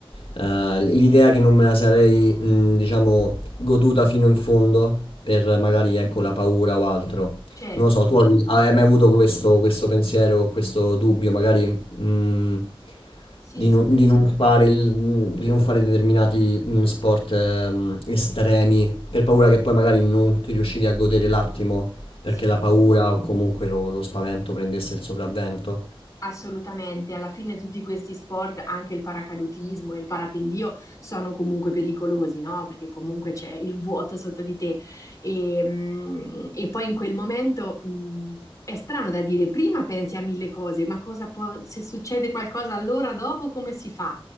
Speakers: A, on the left (about 70°); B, on the left (about 35°).
A: eh, l'idea che non me la sarei, mh, diciamo, goduta fino in fondo per magari, ecco, la paura o altro.
B: certo,
A: Non lo so, tu hai hai mai avuto questo, questo pensiero, questo dubbio, magari mm,
B: sì,
A: di,
B: sì,
A: non di non fare il- di non fare determinati mm, sport ehm, estremi per paura che poi magari non ti riuscivi a godere l'attimo perché
B: sì.
A: la paura o comunque lo, lo spavento prendesse il sopravvento.
B: Assolutamente, alla fine tutti questi sport, anche il paracadutismo e il parapendio, sono comunque pericolosi, no? Perché comunque c'è il vuoto sotto di te. E, mm, e poi in quel momento, mm, è strano da dire, prima pensi a mille cose, ma cosa può, se succede qualcosa allora dopo come si fa?